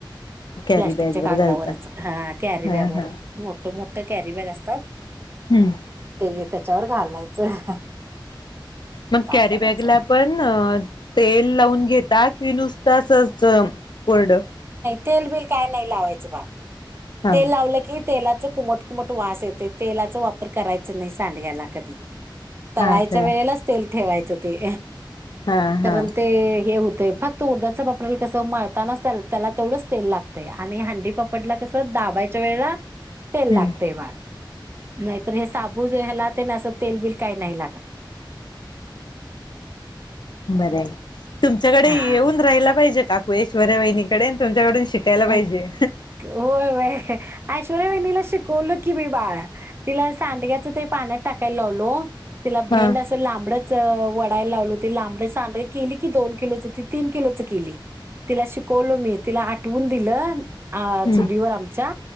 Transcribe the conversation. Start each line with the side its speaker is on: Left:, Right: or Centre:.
Left: कॅरी
Right: प्लॅस्टिकच्या
Left: बॅग
Right: कागदावरच
Left: वर घालता
Right: ह कॅरी
Left: हा
Right: बॅगवर
Left: हा
Right: मोठं मो त्या कॅरी बॅग असतात.
Left: हम्म.
Right: ते त्याच्यावर घालायचं.
Left: मग
Right: काय
Left: कॅरी
Right: करायचं.
Left: बॅग ला पण अ तेल लावून घेता कि नुस तसंच कोडं
Right: तेल बिल काय नाही लावायचं बाळ,
Left: हा
Right: तेल लावलं की तेलाचं कुमट कुमट वास येते तेलाचा वापर करायच नाही सांडग्याला कधी. तळायच्या
Left: हा काय
Right: वेळेलाच तेल ठेवायचं ते
Left: हा हा
Right: कारण ते हे हो तय फक्त उडदाचं ब आपल्याला कसं मळतानाच त्याल त्याला तेवढंच तेल लागतंय आणि हंडी पापडला कसं दाबायच्या वेळला तेल
Left: हम्म
Right: लागतंय बाळ. नाहीतर हे साबूजे ह्याला असं तेलबिल काही नाही लागत
Left: बरं तुमच्याकडे
Right: हा
Left: येऊन राहियला पाहिजे का श्वर वहिनीकडे तुमच्याकडून शिकायला
Right: अ
Left: पाहिजे.
Right: वय वय आयशर म नलाशी करलो कि मी बार तिला सांडग्याच ते पाण्यात टाकायला लावलो तिला
Left: हा
Right: भेंड असेल लांबडत वडा लावल होती लांबर चांडरे केली की दोन किलो च तीन किलो च केली तिला शिकवलो मी आटवून दिलं अ
Left: हम्म
Right: चुलीवर आमचा